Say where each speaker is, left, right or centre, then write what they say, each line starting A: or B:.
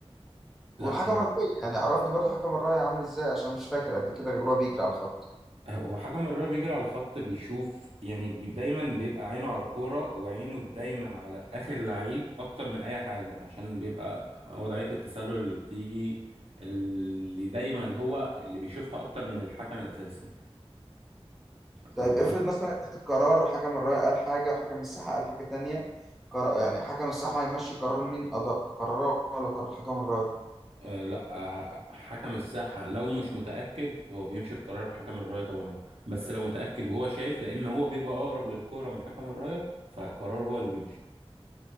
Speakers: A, on the right (about 70°); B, in the centre.
A: لا
B: والحكم الراية يعني عرفني برضو حكم الراية عامل ازاي عشان مش فاكر قد كده غير اللي هو بيجري على الخط
A: وحكم الراية بيجري على الخط بيشوف يعني بي دايما بيبقى عينه على الكورة وعينه دايما على آخر لعيب أكتر من أي حاجة عشان بيبقى وضعية التسلل اللي بتيجي اللي دايما هو اللي بيشوفها أكتر من الحكم الأساسي
B: طيب
A: أنت فاهم؟
B: افرض مثلا اتخذ قرار حكم الراية قال حاجة وحكم الساحة قال حاجة تانية قرار يعني حكم الساحة هيمشي قرار مين أدق قراره ولا قرار حكم الراية
A: آه لا آه حكم الساحة لو مش متأكد هو بيمشي بقرار حكم الراية طبعا بس لو متأكد وهو شايف لأن هو بيبقى أقرب للكورة من حكم الراية فقرار هو اللي بيمشي